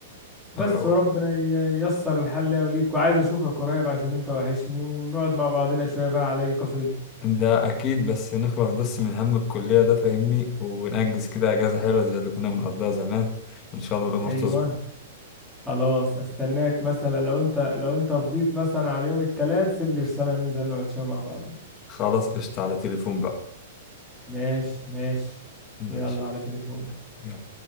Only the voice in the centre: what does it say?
بس
وربنا ي- ييسر الحل ليا وليك وعايز اشوفك قريب عشان انت وحشني ونقعد مع بعضنا شويه بقى على اي كافيه
ايوه
خلاص استناك مثلا لو انت لو انت فضيت مثلا على يوم التلات سيب لي رساله ننزل نقعد شويه مع بعض
ماشي ماشي
يلا على تليفون